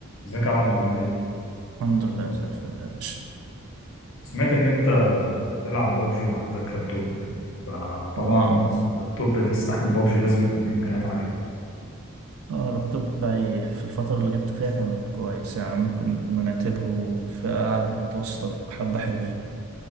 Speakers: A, on the left (about 60°); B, on the right (about 80°).
A: ازيك يا عبدو عامل ايه؟
B: الحمد لله زي الفل يا باشا
A: سمعت ان انت بتلعب بابجي وعندك لابتوب فطبعا
B: اه
A: اللابتوب اللي يستحمل بابجي لازم يكون فيه امكانيات عالية
B: اه اللابتوب بتاعي في الفترة اللي جبته فيها كان كويس يعني ممكن كنا نعتبره في أعلى من المتوسطة بحبة حلوين